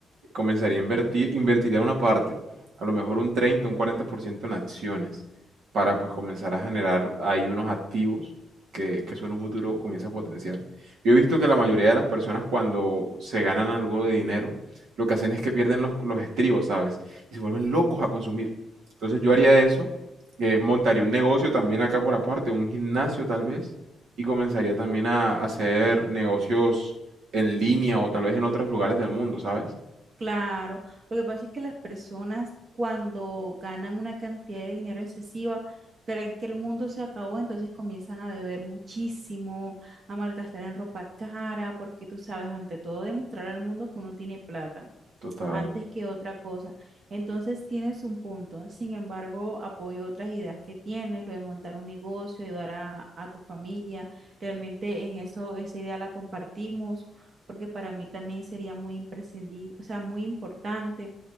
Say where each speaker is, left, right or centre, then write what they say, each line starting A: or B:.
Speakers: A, on the right (about 75°); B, on the right (about 45°).
A: comenzaría a invertir, invertiría una parte, a lo mejor un 30 un 40% en acciones, para pues comenzar a generar ahí unos activos que, que eso en un futuro comienza a potenciar. Yo he visto que la mayoría de las personas cuando se ganan algo de dinero, lo que hacen es que pierden los, los estribos, ¿sabes? Y se vuelven locos a consumir. Entonces yo haría eso, eh, montaría un negocio también acá por aparte, un gimnasio tal vez, y comenzaría también a hacer negocios en línea o tal vez en otros lugares del mundo, ¿sabes?
B: Claro, lo que pasa es que las personas cuando ganan una cantidad de dinero excesiva, creen que el mundo se acabó, entonces comienzan a beber muchísimo, a malgastar en ropa cara, porque tú sabes, ante todo, demostrar al mundo que uno tiene plata.
A: Total.
B: antes que otra cosa. Entonces tienes un punto. Sin embargo, apoyo otras ideas que tienes, lo de montar un negocio, ayudar a, a tu familia. Realmente en eso, esa idea la compartimos, porque para mí también sería muy imprescindible, o sea, muy importante.